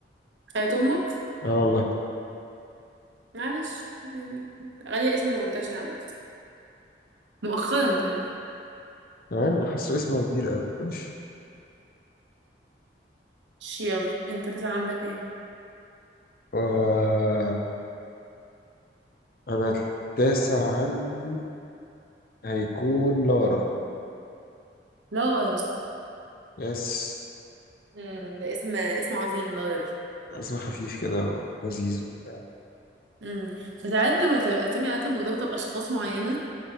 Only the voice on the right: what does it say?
خالة امك
معلش يعني غالية اسم منتشر عامة مؤخرا كمان
يلا انت تسعة عندك ايه
لارا
امم ده اسم اسم عظيم لارا ده
امم بس عارف لما تبقى اسامي عادة مرتبطة بأشخاص معينة